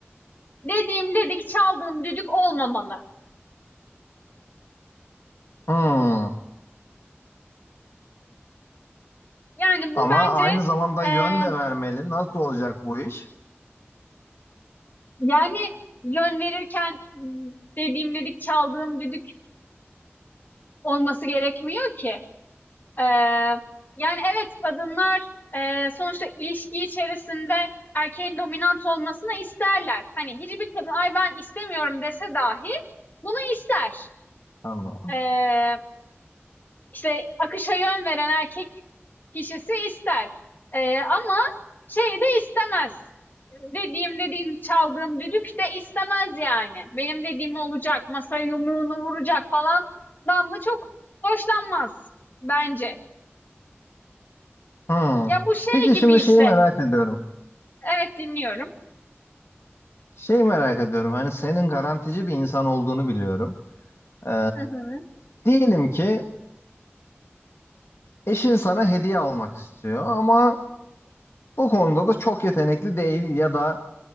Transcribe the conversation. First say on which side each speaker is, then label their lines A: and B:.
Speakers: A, on the left; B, on the left.
A: dediğim dedik, çaldığım düdük olmamalı.
B: Hmm.
A: Yani
B: Ama
A: bu bence,
B: aynı zamanda
A: eee,
B: yön de vermeli. Nasıl olacak bu iş?
A: yani yön verirken, ımm, dediğim dedik, çaldığım düdük olması gerekmiyor ki. Eee, yani evet kadınlar eee, sonuçta ilişki içerisinde erkeğin dominant olmasını isterler. Hani hiçbir kadın ay ben istemiyorum dese dahi bunu ister.
B: Tamam.
A: Eee işte akışa yön veren erkek kişisi ister. Eee, ama şeyi de istemez. Dediğim dediğim çaldığım düdük de istemez yani. Benim dediğim olacak, masaya yumruğunu vuracak falan. Dan mı çok hoşlanmaz bence.
B: Hmm.
A: Ya bu şey
B: Peki
A: gibi
B: şimdi
A: işte
B: şeyi merak ediyorum.
A: Evet dinliyorum.
B: Şey merak ediyorum hani senin garantici bir insan olduğunu biliyorum. Ee,
A: Hı hı.
B: diyelim ki eşin sana hediye almak istiyor ama bu konuda da çok yetenekli değil ya da